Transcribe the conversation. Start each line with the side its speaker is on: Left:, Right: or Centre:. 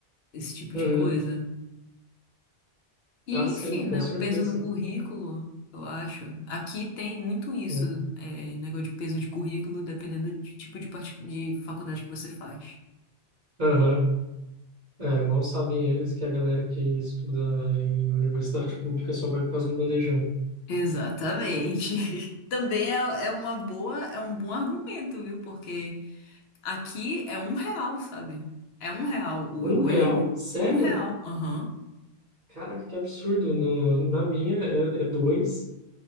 Left: esse tipo
Right: Uhum.
Left: de coisa. E,
Right: Ah, sim,
Left: enfim, né,
Right: com certeza.
Left: o peso no currículo, eu acho. Aqui tem muito isso,
Right: né?
Left: é, negócio de peso de currículo, dependendo do tipo de, parti- de faculdade que você faz.
Right: Aham. É, mal sabem eles que a galera que estuda em universidade pública só vai por causa do bandejão.
Left: Exatamente. <laughs> Também é, é uma boa, é um bom argumento, viu? Porque aqui é um real, sabe? É um real o,
Right: Um real?
Left: o RU.
Right: Sério?
Left: Um real, aham.
Right: Caraca, que absurdo. No, na minha é, é dois.